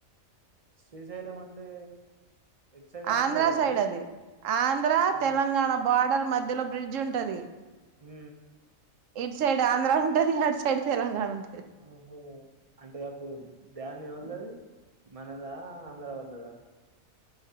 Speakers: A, on the right (about 35°); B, on the right (about 70°).
A: శ్రీశైలం అంటే ఎటు సైడ్
B: ఆంధ్ర
A: కదా
B: సైడ్ అది ఆంధ్ర
A: ఆ
B: తెలంగాణ బార్డర్ మధ్య ధ్యలో బ్రిడ్జ్ ఉంటది
A: ఉ ఉ
B: ఇటు సైడ్ ఆంధ్ర ఉంటది అటు సైడ్ తెలంగాణ ఉంటది
A: ఓ హో అంటే అప్పుడు డ్యామ్ ఎవల్దది అది మనదా ఆంధ్ర వాళ్ళదా